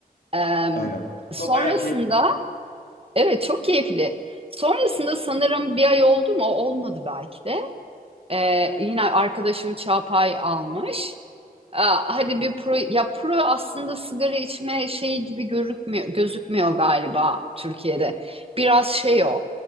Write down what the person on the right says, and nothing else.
Em,
Sonrasında
Evet çok keyifli. Sonrasında sanırım bir ay oldu mu? Olmadı belki de. Ee, yine arkadaşım Çağpay almış. Aa, hadi bir pro ya pro aslında sigara içme şeyi gibi görükmüyor, gözükmüyor galiba Türkiye'de. Biraz şey o.